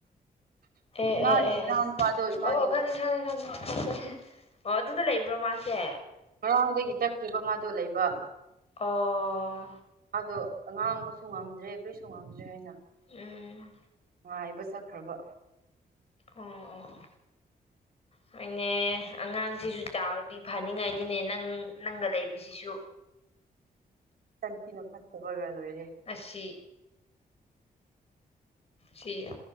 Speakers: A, on the left (about 40°); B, on the right (about 70°).
A: ꯑꯦ
B: ꯏꯃꯥꯒꯤ
A: ꯑꯦ ꯑꯦ
B: ꯏꯅꯥꯎ
A: ꯑꯦ
B: ꯅꯨꯄꯥꯗꯣ ꯏꯃꯥꯒꯤ
A: ꯑꯣ ꯑꯣ ꯈꯪꯉꯦ ꯈꯪꯉꯦ ꯈꯪꯉꯦ ꯈꯪ ꯈꯪ ꯑꯣ ꯑꯗꯨꯗ ꯂꯩꯕ꯭ꯔꯣ ꯃꯥꯁꯦ
B: ꯉꯔꯥꯥꯡꯗꯒꯤ ꯆꯈꯔ꯭ꯤꯕ ꯃꯥ ꯗꯨ ꯂꯩꯕ
A: ꯑꯣ
B: ꯗꯣ ꯉꯥꯡꯕꯁꯨ ꯉꯝꯗ꯭ꯔꯦ ꯀꯔ꯭ꯤꯁꯨ ꯉꯝꯗ꯭ꯔꯦ ꯍꯥꯏꯅ
A: ꯎꯝ
B: ꯉꯥꯏꯕ ꯆꯠꯈ꯭ꯔꯕ
A: ꯑꯣ ꯑꯣ ꯑꯣ ꯑꯣꯏꯅꯦ ꯑꯉꯥꯡꯁꯤꯁꯨ ꯆꯥꯎꯔꯗꯤ ꯐꯥꯅꯤꯡꯉꯥꯏꯅꯤꯅꯦ ꯅꯪ ꯅꯪꯒ ꯂꯩꯕꯁꯤꯁꯨ
B: ꯇꯟꯊꯤꯅ ꯐꯠꯇꯕꯒ ꯂꯣꯏꯔꯦ
A: ꯑꯁꯤ ꯁꯤꯌꯣ